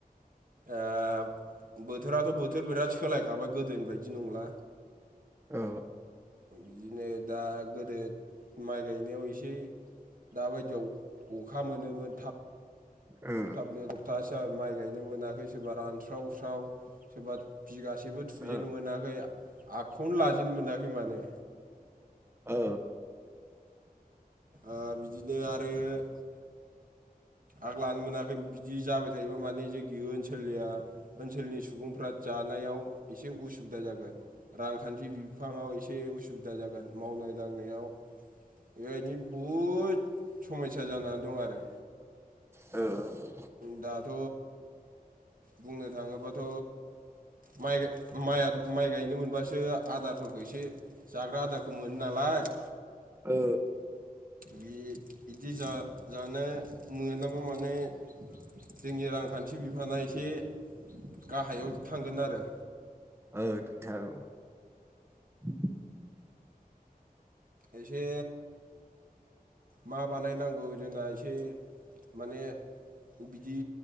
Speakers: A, on the right; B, on the right.
A: ओ बोथोराथ' बोथोर बिराद सोलायखाबाय गोदोनि बायदि नंला।
B: ओ
A: बिदिनो दा गोदो माइ गायनायाव ए से दाबायदियाव अखा मोनोमोन थाब
B: ओ
A: थाब थाबनो सप्थासे माइ गायनो मोनाखै सोरबा रानस्राव स्राव। सोरबा बिगासेबो थुजेननो
B: ओ
A: मोनाखै आ खौनो लाजेनो मोनाखै माने।
B: औ।
A: ओ बिदिनो आरो। <inaudible> आग लानो मोनाखै बिदि जाबाय थायोबा माने जोंनि ओनसोलनिया ओनसोलनि सुबुंफ्रा जानायाव एसे उसुबिदा जागोन रांखान्थि बिफाङाव एसे उसु बिदा जागोन मावनाय दांनायाव बेबायनो बहुद समयसा जानानै दं आरो।
B: औ।
A: दाथ' बुंनो थाङोबाथ' माइ माइआ माइ गायनो मोनबासो आदारफोरखौ एसे जाग्रा आदारखौ मोनो नाला य
B: ओ
A: बे बिदि जा-जानो मोनाबा माने जोंनि रांखान्थि बिफाना एसे गाहायाव थांगोन आरो।
B: औ नोंथां। <inaudible>
A: एसे मा बानायनांगौ जोंना एसे माने बिदि